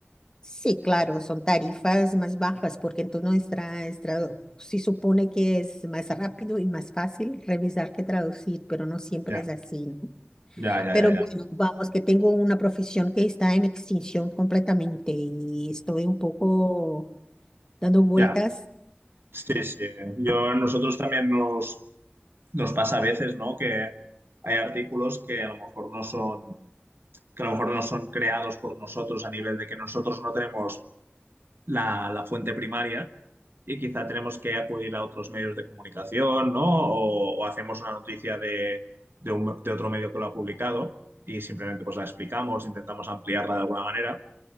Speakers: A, on the left; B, on the right.
A: Sí, claro, son tarifas más bajas porque entonces nuestra, nuestra- sí supone que es más rápido y más fácil revisar que traducir, pero no siempre
B: Ya,
A: es así, ¿no?
B: ya, ya,
A: Pero
B: ya,
A: bueno,
B: ya.
A: vamos, que tengo una profesión que está en extinción completamente y estoy un poco dando vueltas,
B: Ya, sí, sí. Yo, nosotros también nos, nos pasa a veces, ¿no? Que hay artículos que a lo mejor no son, que a lo mejor no son creados por nosotros a nivel de que nosotros no tenemos la, la fuente primaria y quizá tenemos que acudir a otros medios de comunicación, ¿no? O, o hacemos una noticia de, de un- de otro medio que lo ha publicado y simplemente pues la explicamos, intentamos ampliarla de alguna manera.